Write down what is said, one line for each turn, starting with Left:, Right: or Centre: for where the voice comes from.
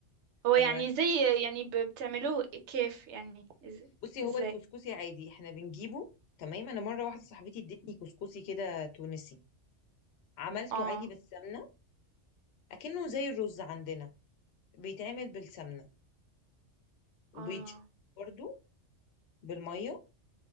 Right: هو يعني
Left: ايوه أنا.
Right: زي يعني ب- بتعملوه كيف يعني إز-
Left: بصي
Right: ازاي
Left: هو الكسكسي عادي احنا بنجيبه تمام انا مرة واحدة صاحبتي ادتني كسكسي كده تونسي عملته
Right: اه
Left: عادي بالسمنة اكنه زي الرز عندنا بيتعمل بالسمنه وبيتشوي
Right: اه
Left: برضو بالميه